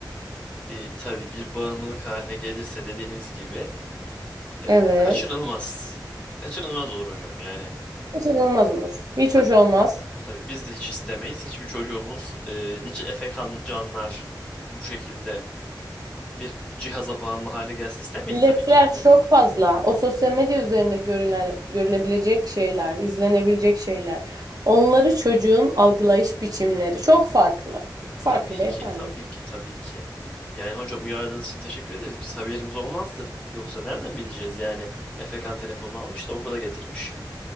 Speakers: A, on the left (about 15°); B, on the right (about 55°).
A: E, tabii bir bağımlılık haline gelirse dediğiniz gibi e,
B: Evet.
A: kaçınılmaz. Kaçınılmaz olur hocam yani.
B: Kaçınılmaz olur. Hiç
A: Tabii
B: hoş olmaz.
A: tabii biz de hiç istemeyiz. Hiçbir çocuğumuz e, nice efekan canlar bu şekilde bir cihaza bağımlı hale gelsin istemeyiz
B: İletişimler
A: tabii ki.
B: çok fazla. O sosyal medya üzerinde görülen, görülebilecek şeyler, izlenebilecek şeyler. Onları çocuğun algılayış biçimleri çok farklı. Çok farklı
A: Tabii
B: beyefendi
A: ki tabii ki tabii ki. Yani hocam uyardığınız için teşekkür ederiz. Biz haberimiz olmazdı. Yoksa nereden bileceğiz yani efekan telefonunu almış da okula getirmiş.